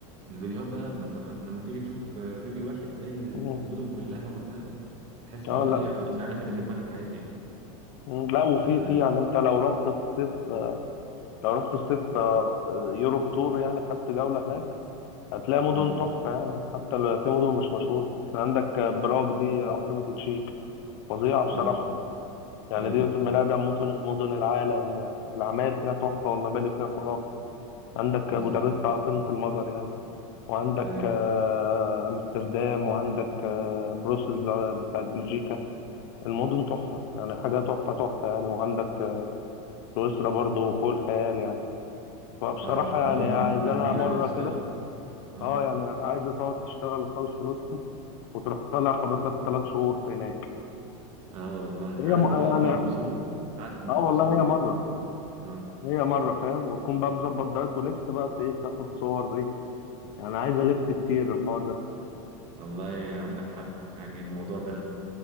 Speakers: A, on the right; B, on the left.
A: الفيديوهات بقى ما انت لما تيجي تشوف آه، فيديو واحد تلاقي المدن
B: مم.
A: كلها والنا تحس
B: اه
A: اللي هو ايه
B: لا
A: خلاص عارف اللي في دماغك عايز ايه
B: مم. لا وفي
A: آه.
B: في يعني انت لو رحت في الصيف لو رحت الصيف آه، يوروب تور يعني خدت جوله هناك هتلاقي مدن
A: امم
B: تحفه يعني حتى ال- في مدن مش مشهوره عندك آه، براغ دي عاصمه تشيك فظيعه بصراحه
A: اه
B: يعني
A: ايوه
B: دي من أقدم مدن مدن العالم آه، العماير فيها تحفة والمباني فيها خرافة عندك
A: بالظبط
B: بودابست عاصمة المجر يعني وعندك
A: ايوه
B: آه، أمستردام وعندك آه، بروسلز آه، بتاعت بلجيكا المدن تحفة يعني حاجة تحفة تحفة يعني وعندك آه، سويسرا برضو فوق الخيال يعني فبصراحة
A: اه والله
B: يعني
A: الناس
B: عايزة لها
A: دي
B: مرة
A: لما بتشتغل
B: كده
A: اه
B: اه يعني عايزة تقعد تشتغل وتحوش فلوسهم وتروح طالع خابط لك ثلاث شهور في هناك
A: اه والله
B: هي
A: عارف
B: م...
A: وتقعد
B: يعني
A: بقى مبسوط انت قاعد م-
B: اه والله
A: مبسوط
B: هي مرة
A: يعني اه
B: هي مرة فاهم وتكون بقى مظبط دايت ولبس بقى ت- ايه تاخد صور ايه يعني عايزة لبس كتير الحوار ده
A: والله عندك حق يعني الموضوع ده